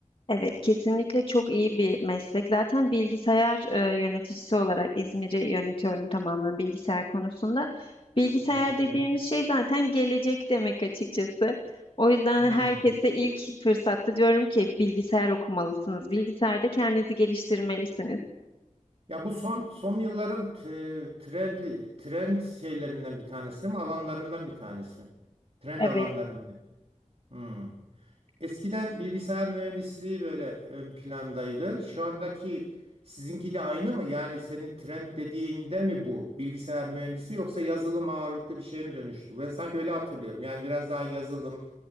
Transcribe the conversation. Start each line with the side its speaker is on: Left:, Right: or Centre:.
Left: Evet, kesinlikle çok iyi bir meslek. Zaten bilgisayar e, yöneticisi olarak İzmir'i yönetiyorum tamamen bilgisayar konusunda. Bilgisayar
Right: Hmm, çok
Left: dediğimiz
Right: iyi.
Left: şey zaten gelecek demek açıkçası. O yüzden
Right: Hmm.
Left: herkese ilk fırsatta diyorum ki bilgisayar okumalısınız. Bilgisayarda kendinizi geliştirmelisiniz.
Right: Ya bu son son yılların t- trendli trend şeylerinden bir tanesi değil mi? Alanlarından bir tanesi. Trend
Left: Evet.
Right: alanlarından. Hmm. Eskiden bilgisayar mühendisliği böyle ön plandaydı. Şu andaki sizinki de aynı mı? Yani senin trend dediğinde mi bu bilgisayar mühendisi yoksa yazılım ağırlıklı bir şeye mi dönüştü? Ben sanki öyle hatırlıyorum. Yani biraz daha yazılım